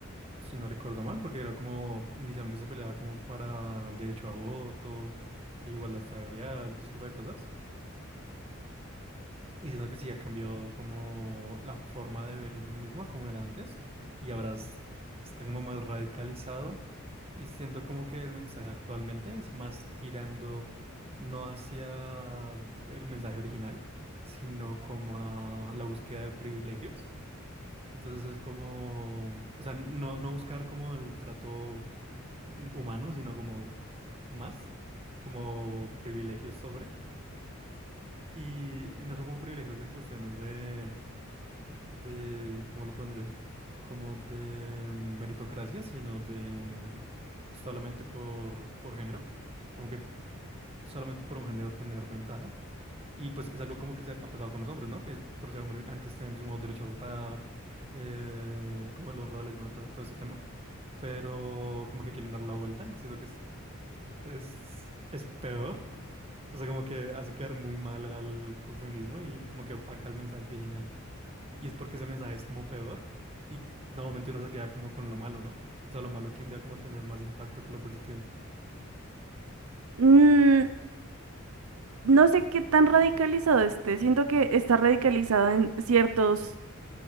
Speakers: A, on the right; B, on the right.
A: si no recuerdo mal, porque era como, inicialmente se peleaba como para el derecho a voto, e igualdad salarial, todo ese tipo de cosas diciendo que sí ha cambiado como la forma de ver el feminismo a como era antes. Y ahora es- está como más radicalizado. Y siento como que el mensaje actualmente es más tirando no hacia el mensaje original, sino como a la búsqueda de privilegios. Entonces es como, o sea, no, no buscar como el trato mm, humano, sino como más, como privilegios sobre. Y, y no son como privilegios en cuestiones de de, ¿cómo lo pondría? Como de meritocracia, sino de solamente por, por género, como que solamente por un género tener ventajas. Y pues es algo como que se ha pasado con los hombres, ¿no? Que es- por ser hombres antes teníamos como derecho a votar, eh, como los roles, bueno, todo, todo ese tema. Pero como que quieren dar la vuelta y siento que es, es, es peor. O sea, como que hace quedar muy mal al, al feminismo y como que opaca el mensaje original. Y es porque ese mensaje es como peor y normalmente uno se queda como con lo malo, ¿no? O sea, lo malo tiende a como tener más impacto que lo positivo.
B: Mm, no sé qué tan radicalizado esté, siento que está radicalizado en ciertos